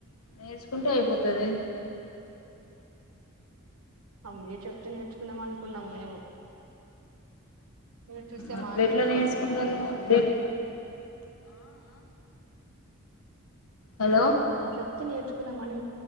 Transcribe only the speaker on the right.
ఆ మీరు చెప్తే నేర్చుకుందం అనుకున్నాం మేము మీరు చూస్తే
మాకే డుంకా
కొడుతున్నారే
చెప్తే నేర్చుకుందాం మనీ